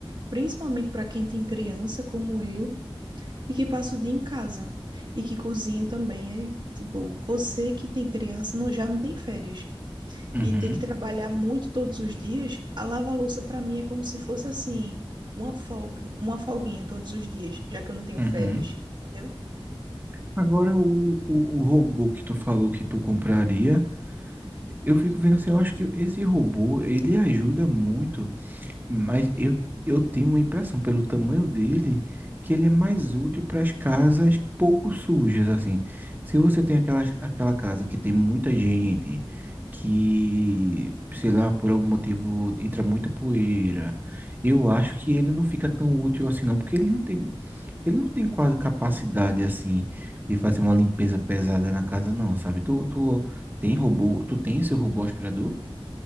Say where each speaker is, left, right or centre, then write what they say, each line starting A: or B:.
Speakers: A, on the right; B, on the right.
A: principalmente para quem tem criança como eu e que passa o dia em casa e que cozinha também. Aí, tipo, você que tem criança não, já não tem férias
B: Uhum.
A: e ter que trabalhar muito todos os dias, a lava-louça para mim é como se fosse assim, uma folga, uma folguinha todos os dias, já que eu não tenho
B: Uhum.
A: férias, entendeu?
B: Agora, o, o, o robô que tu falou que tu compraria, eu fico vendo assim, eu acho que esse robô, ele ajuda muito Mas eu, eu tenho uma impressão, pelo tamanho dele, que ele é mais útil para as casas pouco sujas, assim. Se você tem aquela, aquela casa que tem muita gente, que, sei lá, por algum motivo entra muita poeira, eu acho que ele não fica tão útil assim, não, porque ele não tem, ele não tem quase capacidade, assim, de fazer uma limpeza pesada na casa, não, sabe? Tu, tu tem robô, tu tem seu robô aspirador?